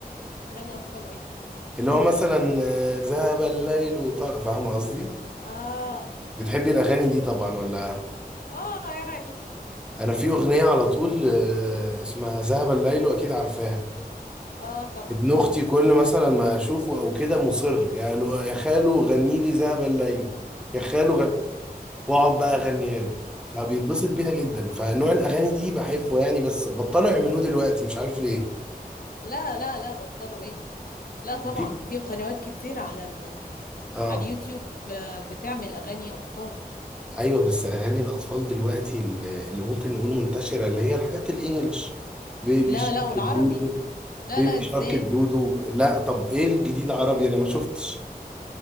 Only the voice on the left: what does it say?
اغاني اطفال ايه
اه
اه يعني
اه طبعا
لا لا لا بطلوا ايه لا طبعا
في قنوات كتير على ال...
على اليوتيوب ب- بتعمل اغاني اطفال
لا
لا والعربي
لا
لا ازاي